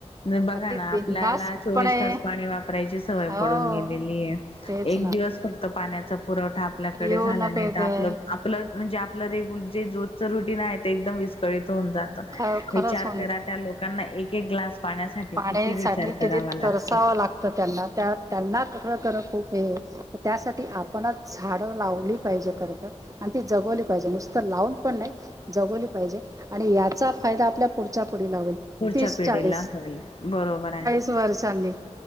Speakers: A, on the left (about 55°); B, on the right (about 30°).
A: बघा
B: अगदी
A: ना...
B: बिंदासपणे
A: आपल्याला चोवीस तास पाणी वापरायची सवय
B: हो
A: पडून गेलेली आहे.
B: तेच
A: एक
B: ना
A: दिवस फक्त पाण्याचा पुरवठा आपल्याकडे
B: येऊ
A: झाला
B: नको
A: नाही
B: येत
A: तर आपलं प्लस म्हणजे आपलं रेग्युलर जे रोजच रुटीन आहे ते एकदम वि होऊन जात
B: खरंच
A: विचार करा त्या लोकांना एक एक ग्लास पाण्यासाठी
B: पाण्या
A: किती
B: साठी
A: विचार करावा
B: किती
A: लागतो.
B: तरसाव लागतं त्यांना खर-खर खूप तर त्यासाठी आपणच झाडं लावली पाहिजे खरंतर. आणि ती जगवली पाहिजे नुसत तर लावून पण नाही. जगवली पाहिजे आणि याचा फायदा आपल्या पुढच्या पुढ होईल.
A: पुढच्या
B: तीस
A: पिढीला
B: चाळीस
A: होईल बरोबर आहे.
B: वर्षांनी